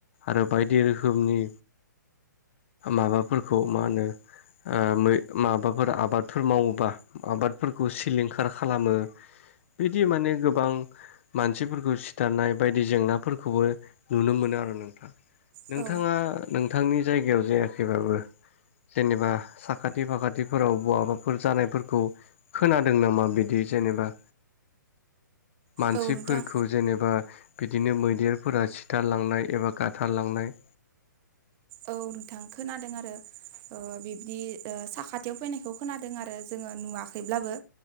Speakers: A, on the left; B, on the right.
A: आरो बायदि रोखोमनि माबाफोरखौ मा होनो ओ मै माबाफोर आबादफोर मावोबा आबादफोरखौ सिलिंखार खालामो बिदि माने गोबां मानसिफोरखौ सिथारनाय बायदि जेंनाफोरखौबो नुनो मोनो आरो नोंथां। नोंथाङा
B: औ
A: नोंथांनि जायगायाव जायाखैबाबो जेनेबा साखाथि फाखाथिफोराव बहाबाफोर जानायफोरखौ खोनादों नामा बिद दि जेनेबा मानसिफोरखौ
B: औ नोंथां
A: जेनेबा बिदिनो मैदेरफोरा सिथारलांनाय एबा गाथारलांनाय।
B: औ नोंथां खोनादों आरो। ओ बिब्दि ओ साखाथियाव फैनायखौ खोनादों आरो जोङो नुवाखैब्लाबो।